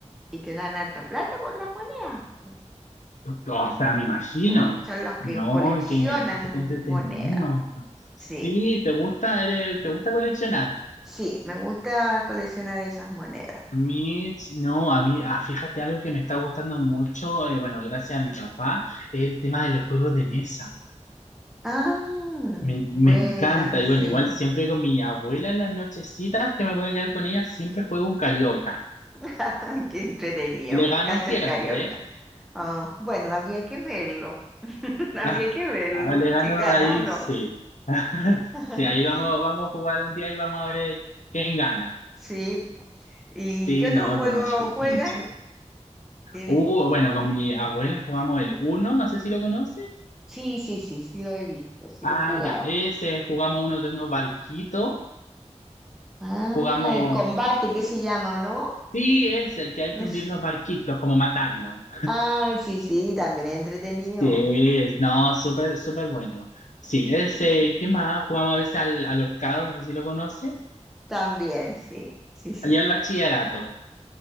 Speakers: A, in the centre; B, on the left (about 80°).
A: y te dan harta plata por las monedas. po.
B: O sea, me imagino.
A: Mm, Son los que
B: No,
A: coleccionan
B: qué, qué entretenido.
A: monedas,
B: Sí,
A: sí.
B: te gusta, eres- te gusta coleccionar.
A: Sí, me gusta coleccionar esas monedas.
B: A mí, no, a mí, ah, fíjate algo que me está gustando mucho, eh, bueno, gracias a mi papá, es el tema de los juegos de mesa.
A: Ah,
B: Me,
A: buenas,
B: me encanta, y
A: sí.
B: bueno, igual siempre con mi abuela en las nochecitas que me voy a quedar con ella, siempre juego un carioca.
A: <laughs> Qué entretenido,
B: Le
A: me
B: gano
A: encanta
B: siempre,
A: el carioca.
B: ¿eh? <laughs>
A: Ah, bueno, habría que verlo. <laughs> Habría
B: Ah,
A: que verlo,
B: ah, le gano
A: si ganas
B: ahí,
A: o no.
B: sí. <laughs>
A: <laughs>
B: Sí, ahí vamos, vamos a jugar un día y vamos a ver quién gana.
A: Sí. pu- ¿Y
B: Sí,
A: qué otro
B: no,
A: juego
B: yo no estoy
A: juegan?
B: mucho.
A: Que-
B: Uh, bueno, con mi abuela jugamos el uno, no sé si lo conoce.
A: Sí, sí, sí, sí lo he visto, sí
B: Ah,
A: lo he jugado.
B: ya, ese jugamos uno de unos barquitos.
A: Ah,
B: Jugamos.
A: el combate, ¿qué se llama o no?
B: Sí, es el que hay
A: <laughs>
B: que
A: Es-
B: hundir los barquitos, como matarlo.
A: Ah, sí, sí, también es entretenido.
B: Sí, es- no, súper, súper bueno. Sí, ese,
A: Sí.
B: ¿qué más? Jugamos a veces al, al horcado, no sé si lo conoce.
A: También, sí, sí, sí.
B: Allá al bachillerato.